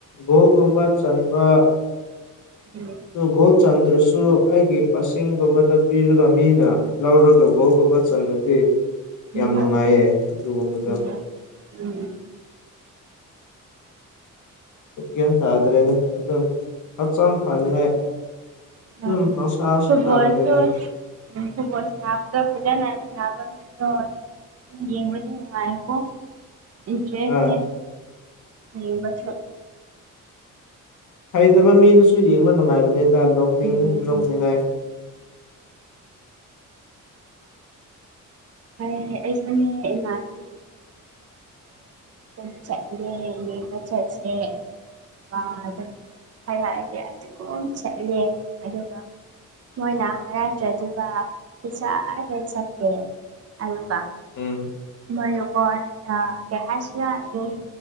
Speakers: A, on the left; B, on the right.
A: ꯒꯣꯜꯒꯨꯝꯕ ꯆꯟꯕ
B: ꯎꯝ
A: ꯑꯗꯨ ꯒꯣꯜ ꯆꯟꯗ꯭ꯔꯁꯨ ꯑꯩꯒꯤ ꯄꯁꯤꯡꯒꯨꯝꯕꯗ ꯄꯤꯔꯒ ꯃꯤꯅ ꯂꯧꯔꯒ ꯒꯣꯜꯒꯨꯝꯕ ꯆꯜꯂꯗꯤ
B: ꯎꯝ
A: ꯌꯥꯝ ꯅꯨꯡꯉꯥꯏꯌꯦ ꯑꯗꯨꯒꯨꯝꯕꯗꯣ
B: ꯎꯝ ꯎꯝ
A: ꯑ ꯒꯤꯌꯥꯟ ꯇꯥꯗꯔꯦꯗ ꯑꯗꯨꯝ ꯍꯛꯆꯥꯡ ꯐꯅꯤꯡꯉꯥꯏ ꯑꯗꯨꯝ
B: ꯎꯝ
A: ꯄꯪꯁꯥꯟ
B: ꯐꯨꯠꯕꯣꯜꯁꯨ
A: ꯁꯥꯟꯅꯕꯅꯦꯗ
B: <unintelligible> ꯌ‌ꯦꯡꯕꯗꯤ ꯅꯨꯡꯉꯥꯏꯀꯣ ꯏꯟꯇ꯭ꯔ‌ꯦꯁꯅ‌ꯦ
A: ꯑꯥ
B: ꯌ‌ꯦꯡꯕꯁꯨ꯫
A: ꯍꯩꯇꯕ ꯃꯤꯗꯨꯁꯨ ꯌꯦꯡꯕ ꯅꯨꯡꯉꯥꯏꯕꯅꯤꯗ ꯅꯣꯛꯅꯤꯡ
B: ꯎꯝ
A: ꯅꯣꯛꯅꯤꯡꯉꯥꯏ꯫
B: ꯎꯝ ꯍꯥꯏ ꯑꯩꯁꯨꯅ‌ꯦ ꯏꯃꯥꯏ꯫ <unintelligible> ꯆꯠꯁ‌ꯦ꯫ ꯋꯥ ꯑꯗꯨꯝ ꯍꯥꯏ ꯍꯥꯏꯗꯤ ꯑꯗꯨꯝ ꯆꯠꯂꯦ ꯑꯗꯨꯒ꯫ ꯃꯣꯏꯅ ꯍꯥꯏꯔꯛꯇ꯭ꯔꯗꯤꯕ ꯄꯤꯁꯥ ꯍꯦꯛ ꯆꯠꯀꯦ ꯑꯗꯨꯒ꯫
A: ꯎꯝ꯫
B: ꯃꯣꯏ ꯅꯀꫭ ꯑꯥ ꯀꯩꯍꯥꯏꯁꯤꯔ ꯑꯗꯨꯝ꯫